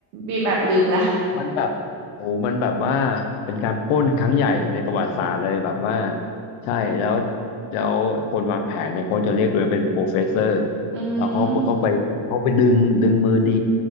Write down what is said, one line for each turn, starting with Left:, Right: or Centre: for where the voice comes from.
Right: บีมแอบลืมละ
Left: มันแบบโอ้โหมันแบบว่าเป็นการปล้นครั้งใหญ่ในประวัติศาสตร์เลยแบบว่าใช่แล้วแล้วคนวางแผนเนี่ยเขาจะเรียกตัวเองเป็นโปรเฟสเซอร์
Right: อืม
Left: แล้วเขาเขาไปเขาไปดึงดึงมือดี